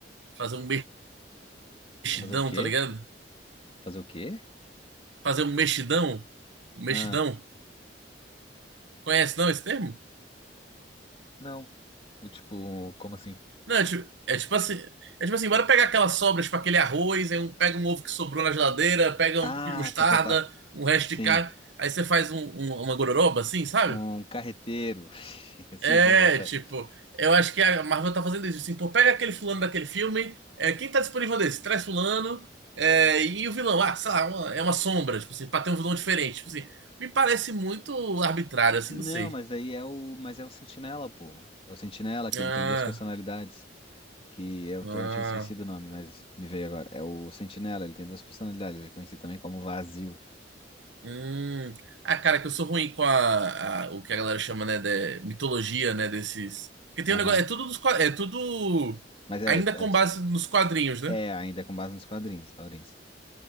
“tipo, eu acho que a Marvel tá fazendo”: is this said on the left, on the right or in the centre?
Right